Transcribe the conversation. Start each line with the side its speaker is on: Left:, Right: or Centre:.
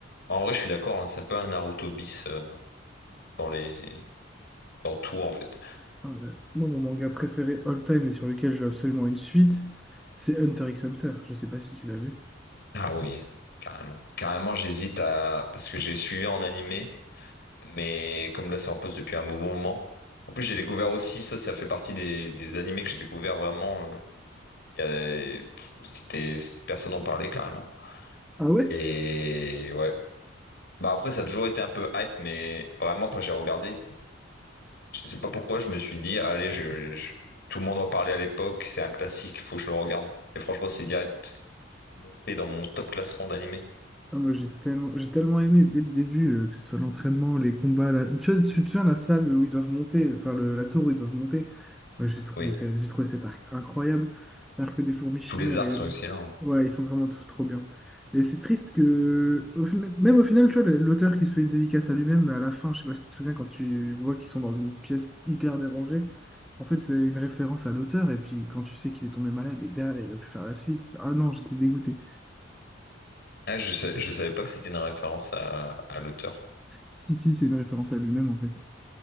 Left: En vrai, je suis d'accord, hein, c'est un peu un Naruto bis euh, dans les, dans tout en fait.
Centre: Ah, ouais. Moi mon manga préféré all time et sur lequel je veux absolument une suite, c'est Hunter x Hunter. Je sais pas si tu l'as vu.
Left: Ah oui, carrément, carrément, j'hésite à parce que j'ai suivi en animé, mais comme là, c'est en pause depuis un bon moment. En plus, j'ai découvert aussi, ça, ça fait partie des, des animés que j'ai découvert vraiment. euh, Il y a- C'était, personne n'en parlait carrément.
Centre: Ah ouais?
Left: Et ouais. Bah après, ça a toujours été un peu hype, mais vraiment, quand j'ai regardé, je sais pas pourquoi, je me suis dit, allez, je, je- tout le monde en parlait à l'époque, c'est un classique, faut que je le regarde. Et franchement, c'est direct monté dans mon top classement d'animé.
Centre: Ah, moi, j'ai tellement, j'ai tellement aimé dès le début, euh, que ce soit l'entraînement, les combats. La... Tu vois, tu te souviens la salle où ils doivent monter, enfin le- la tour où ils doivent monter. Moi, j'ai trouvé,
Left: Oui.
Centre: ça- j'ai trouvé cet arc incroyable. L'arc des fourmis chimères.
Left: Tous les arcs
Centre: Et...
Left: sont excellents. hein.
Centre: Ouais, ils sont vraiment tous trop bien. Et c'est triste que, au fin- même au final, tu vois, l'auteur qui se fait une dédicace à lui-même, à la fin, je sais pas si tu te souviens, quand tu vois qu'ils sont dans une pièce hyper dérangée, en fait, c'est une référence à l'auteur. Et puis, quand tu sais qu'il est tombé malade et que derrière, il va plus faire la suite, ah non, j'étais dégoûté.
Left: Ah, je, sa- je savais pas que c'était une référence à, à l'auteur.
Centre: Si, si, c'est une référence à lui-même, en fait.